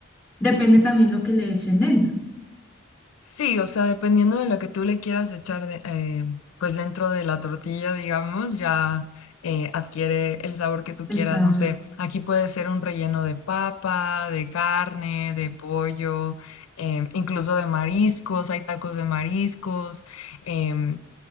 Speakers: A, in the centre; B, on the left.
A: Depende también lo que le echen dentro.
B: Sí, o sea, dependiendo de lo que tú le quieras echar de, eh, pues dentro de la tortilla, digamos, ya eh, adquiere el sabor que tú
A: El
B: quieras.
A: sabor.
B: No sé, aquí puede ser un relleno de papa, de carne, de pollo, em, incluso de mariscos. Hay tacos de mariscos. em,